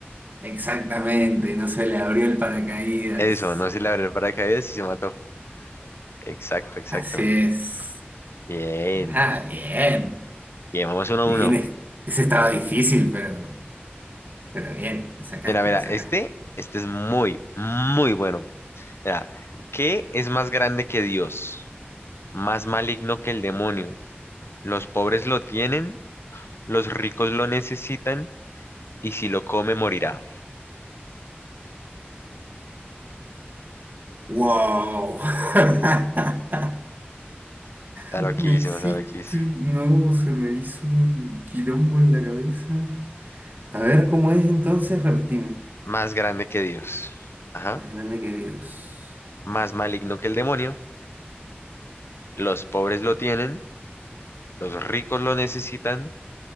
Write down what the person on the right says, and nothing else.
Exactamente, no se le abrió el paracaídas.
Así es.
Ah, bien.
Bien,
es- ese estaba difícil, pero, pero bien, le sacaste,
le sacaste.
¡Wow! <laughs>
Me
hiciste.
No, se me hizo un quilombo en la cabeza. A ver cómo es entonces, repetime.
Más grande que Dios.